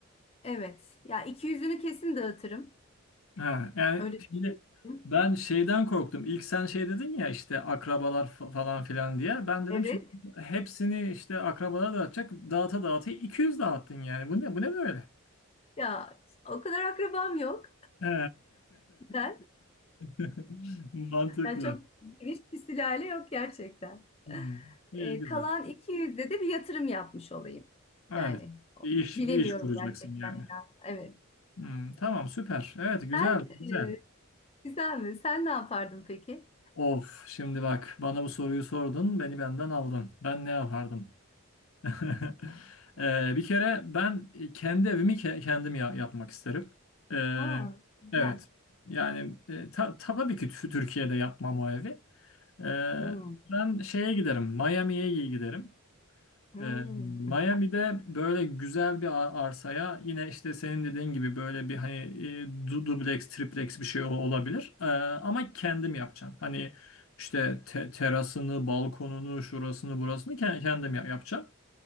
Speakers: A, on the left (about 25°); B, on the left (about 70°).
A: evet. Ya 200'ünü kesin dağıtırım.
B: Ha, yani
A: Öyle
B: şimdi
A: düşünüyorum.
B: ben şeyden korktum. İlk sen şey dedin ya işte akrabalar fa- falan filan diye. Ben dedim
A: Evet.
B: şimdi hepsini işte akrabalara dağıtacak. Dağıta dağıta 200 dağıttın yani. Bu ne bu ne böyle?
A: Ya o kadar akrabam yok.
B: He.
A: Ben.
B: <laughs> Mantıklı.
A: Yani çok geniş bir sülale yok gerçekten.
B: Hmm. İyi
A: Ee,
B: güzel.
A: kalan 200'de de bir yatırım yapmış olayım.
B: Evet.
A: Yani
B: Bir iş
A: bilemiyorum
B: bir iş kuracaksın
A: gerçekten.
B: yani.
A: ya. Evet.
B: Hmm, tamam süper. Evet güzel
A: Sen
B: güzel.
A: e, güzel mi? Sen ne yapardın peki?
B: Of şimdi bak bana bu soruyu sordun beni benden aldın. Ben ne yapardım? <laughs> Ee, bir kere ben e, kendi evimi ke- kendim ya- yapmak isterim. Ee,
A: Ha, güzel.
B: evet. Yani e, ta- tabii ki tü- Türkiye'de yapmam o evi. Ee,
A: Hmm,
B: ben şeye giderim, Miami'ye giderim.
A: hmm.
B: Ee, Miami'de böyle güzel bir a- arsaya yine işte senin dediğin gibi böyle bir hani e, du- dubleks, triplex bir şey ol- olabilir. Ee, ama kendim yapacağım. Hani işte te- terasını, balkonunu, şurasını, burasını ke- kendim ya- yapacağım.